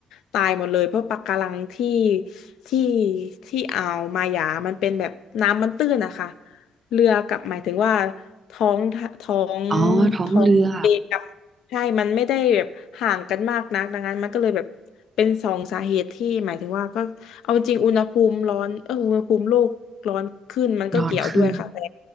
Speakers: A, on the left; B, on the right.
A: ตายหมดเลยเพราะปะการังที่ที่ที่อ่าวมาหยามันเป็นแบบน้ำมันตื้นนะคะเรือกับหมายถึงว่าท้องท้อง
B: อ๋อท้องเรือ
A: ท้องทะเลกับ ใช่มันไม่ได้แบบห่างกันมากนักดังนั้นมันก็เลยแบบเป็นสองสาเหตุที่หมายถึงว่าก็เอาจริงอุณหภูมิร้อนเอออุณหภูมิโลกร้อนขึ้นมันก็เกี่ยวด้วยค่ะแต่
B: นอนขึ้น